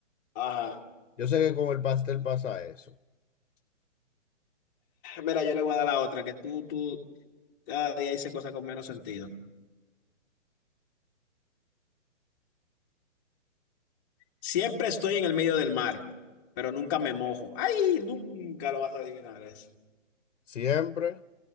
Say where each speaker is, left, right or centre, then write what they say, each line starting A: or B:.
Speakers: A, on the left (about 15°); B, on the left (about 75°).
A: Ajá.
B: Yo sé que con el pastel pasa eso.
A: Mira, yo le voy a dar la otra, que tú, tú cada día dices cosas con menos sentido. Siempre estoy en el medio del mar, pero nunca me mojo. ¡Ay! Nunca lo vas a adivinar eso.
B: Siempre,